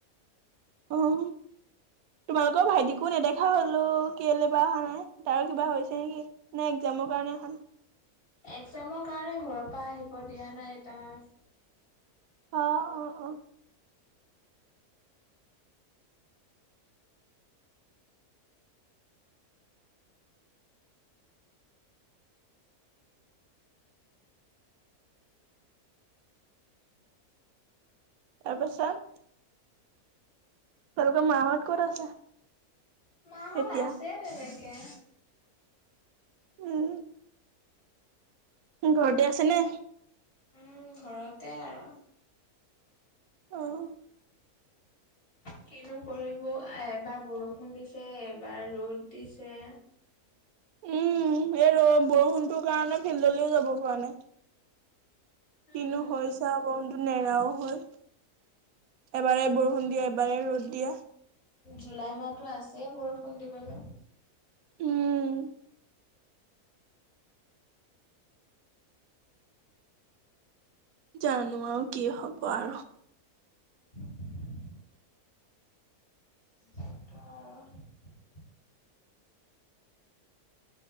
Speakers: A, on the right; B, on the left.
A: অহ তোমালোকৰ ভাইটিকো নেদেখা হলো কেলে বা অহা নাই তাৰো কিবা হৈছে নেকি নাই একজামৰ কাৰণে অহা নাই
B: এক্জামৰ কাৰণে ঘৰৰ পৰা আহি দিয়া নাই এ তাক
A: অ অ অ তাৰপাছত তোমালোকৰ মাহত ক'ত আছে
B: মাহত
A: এতিয়া
B: আছে তেনে <unintelligible>
A: উম ঘৰতে আছে নে
B: উ ঘৰতে আৰু
A: অহ
B: কিনো কৰিব এবাৰ বৰষুণ দিছে এবাৰ ৰ'দ দিছে
A: উম এই বৰষুণটোৰ কাৰণে ফিল্ডলৈও যাব পৰা নাই
B: উম
A: কিনো হৈছা নেৰাও হল এবাৰে বৰষুণ দিয়া এবাৰে ৰ'দ দিয়া
B: জুলাই মাহতো আছে এই বৰষুণ দিবলৈ
A: উম জানো আৰু কি হব আৰু
B: <unintelligible> <unintelligible>